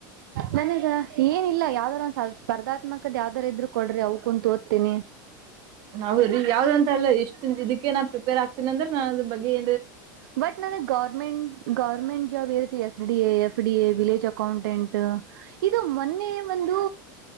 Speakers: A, on the right; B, on the right.
A: ನನ್ ಏನಿಲ್ಲ ಯಾವ್ದಾರ ಸ್ಪರ್ಧಾತ್ಮಕದ ಯಾವ್ದಾರ ಇದ್ರು ಕೊಡ್ರಿ ಅವ್ ಕುೂಂತ ಓದ್ತೀನಿ
B: ಹೌದ ಈಗ ಯಾವ್ದ ಅಂತ ಅಲ್ಲ ಎಷ್ಟ ಇದಕ್ಕೆ ನಾ ಪ್ರಿಪೇರ್ ಆಗ್ತೀನಿ ಅಂದ್ರೆ ನಾ ಅದ್ರ ಬಗ್ಗೆಏ
A: ಬಟ್ ನನ ಗೌರ್ಮೆಂಟ್ ಗೌರ್ಮೆಂಟ್ ಜಾಬ್ ಇರುತ್ತೆ S D A F D A village accountant ಇದು ಮೊನ್ನೆ ೇ ಒಂದು